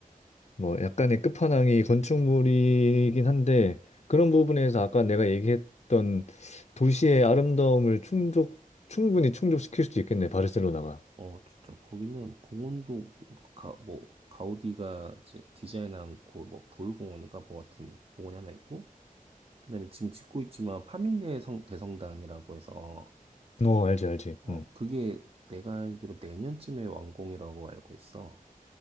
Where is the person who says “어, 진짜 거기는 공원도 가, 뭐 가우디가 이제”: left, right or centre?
Right